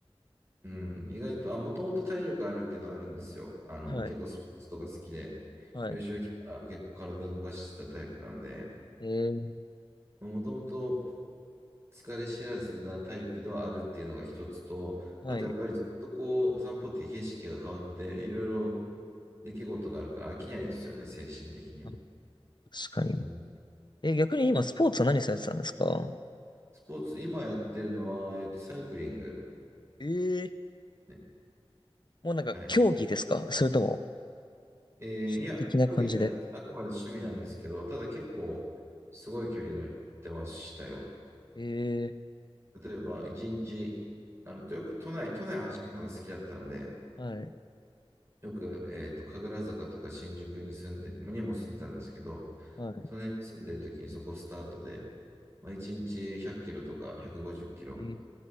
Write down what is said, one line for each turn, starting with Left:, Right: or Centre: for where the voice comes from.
Right: うん。意外と、あ、もともと体力あるっていうのはあるんですよ。あの、
Left: はい。
Right: 結構スポーツとか好きで、
Left: はい。
Right: 幼少期から結構体動かしてたタイプなんで、
Left: ええ
Right: もともと疲れ知らずなタイプではあるっていうのが一つと、
Left: はい。
Right: あとやっぱりずっとこう、散歩って景色が変わって、いろいろ出来事があるから飽きないですよね、精神的に。
Left: あ確かに。
Right: うん。
Left: え、逆に今スポーツは何されてたんですか
Right: スポーツ、今やってるのは、えっと、サイクリング。
Left: ええ
Right: ね
Left: もうなんか競技ですかそれとも
Right: はい。えーいや、
Left: 趣味的な感じで。
Right: 競技じゃないです。あくまで趣味なんですけど、ただ結構、すごい距離乗ってましたよ。
Left: ええ
Right: 例えば、一日、あの、よく都内、都内を走るのが好きだったんで、
Left: はい。
Right: よく、えっと、神楽坂とか新宿に住んで、にも住んでたんですけど、
Left: は
Right: その辺に住んでる時にそこスタートで、まあ、一日100キロとか150キロ、
Left: い。